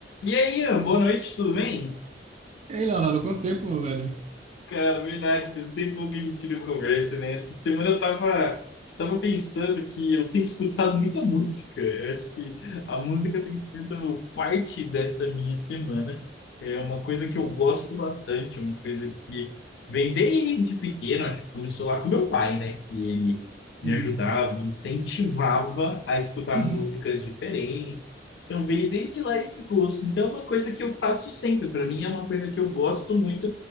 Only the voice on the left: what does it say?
E aí, Ian, boa noite, tudo bem?
Cara, verdade, faz um tempão que a gente não conversa, né? Essa semana eu tava, tava pensando que eu tenho escutado muita música. Eu acho que a música tem sido parte dessa minha semana. É uma coisa que eu gosto bastante, uma coisa que vem desde pequeno, acho que começou lá com meu pai, né? Que ele me
ajudava, me incentivava a escutar
músicas diferentes. Então veio desde lá esse gosto. Então é uma coisa que eu faço sempre. Para mim é uma coisa que eu gosto muito